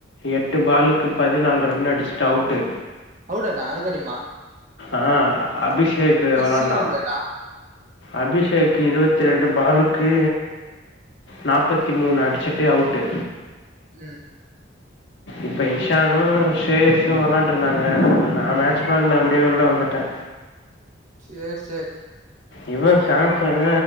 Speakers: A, on the left; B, on the right.
A: எட்டு பாலுக்கு பதினாலு ரன் அடிச்சுட்டு அவுட்டு்
B: அவ்ளோதா அதுக்காடிமா
A: ஆ அபிஷேக் வளாண்டா
B: சீக்கிரோ அவுட் ஆயிட்டா
A: அபிஷேக்கு இருவத்தி ரெண்டு பாலுக்கு நாப்பத்தி மூணு அடிச்சிட்டு அவுட்டு
B: ம்
A: இப்ப இஷானு ஷேயஸு வளான்ட்டு இருந்தாங்க நா மேட்சு பாக்கல அப்டியே வெளில வந்துட்டே
B: சேர் சேர்
A: இவ சாம்சன